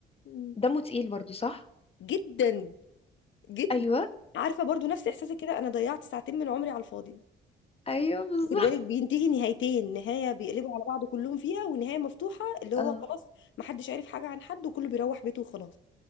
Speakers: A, on the left; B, on the left.
A: مم.
B: دمه تقيل برضو صح
A: جدا جدا
B: ايوه
A: عارفه برضو نفس احساسي كده انا ضيعت ساعتين من عمري على الفاضي
B: ايوه بالظبط
A: خد بالك بينتهي نهايتين نهايه بيقلبوا على بعض كلهم فيها ونهايه مفتوحه
B: <laughs>
A: اللي هو
B: اه
A: خلاص محدش عارف حاجه عن حد وكله بيروح بيته وخلاص